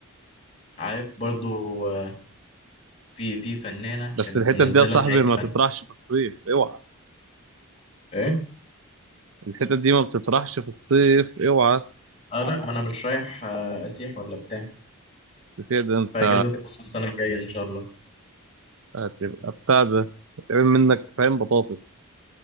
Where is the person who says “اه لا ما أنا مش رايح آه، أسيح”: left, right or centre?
Left